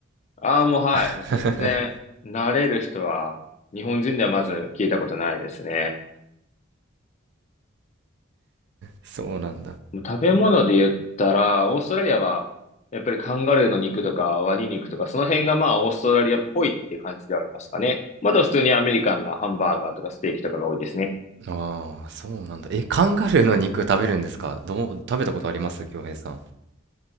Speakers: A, on the left (about 35°); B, on the right (about 55°).
A: ああ、もうはい。
B: <laughs>
A: もう全然、慣れる人は、日本人ではまず聞いたことないですね。
B: そうなんだ。
A: もう食べ物で言ったら、オーストラリアは、やっぱりカンガルーの肉とかワニ肉とか、その辺がまあオーストラリアっぽいって感じではありますかね。まだ普通にアメリカンなハンバーガーとかステーキとかが多いですね。
B: ああ、そうなんだ。え、カンガルーの肉食べるんですかどう、食べたことあります京平さん。